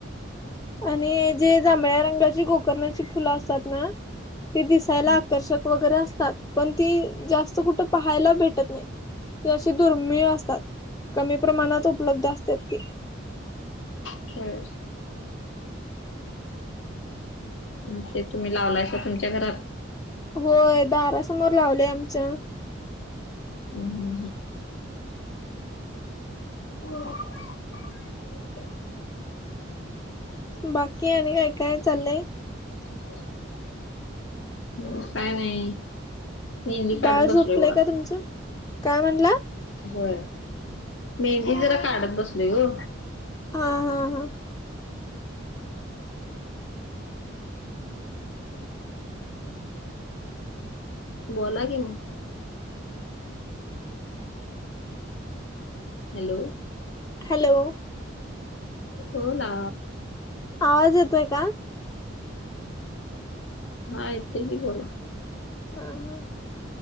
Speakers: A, on the left (about 20°); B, on the left (about 70°).
A: आणि जे जांभळ्या रंगाची गोकर्णाची फुलं असतात ना ते दिसायला
B: हम्म
A: आकर्षक वगैरे असतात पण ती जास्त कुठ पा खयला भेटत नाही ते असे दुर्मिळ असतात कमी प्रमाणात उपलब्ध असतात ते.
B: ह मग ते तुम्ही लावलायशा तुमच्या घरात.
A: होय दारासमोर लावले आमच्या.
B: हम हम ह
A: बाकी आणि काय काय चाललंय.
B: <unintelligible> ह काय नाही मेंदी काढत
A: बाळ झोपलंय
B: बसलोय बघ आता.
A: का तुमचं काय म्हणला
B: होय मेहंदी जरा काढत बसली ग.
A: हा हा. हां हां.
B: बोला कि मग हॅलो
A: हॅलो
B: हो ना.
A: आवाज येतोय का?
B: हा येते की बोला.
A: हा हा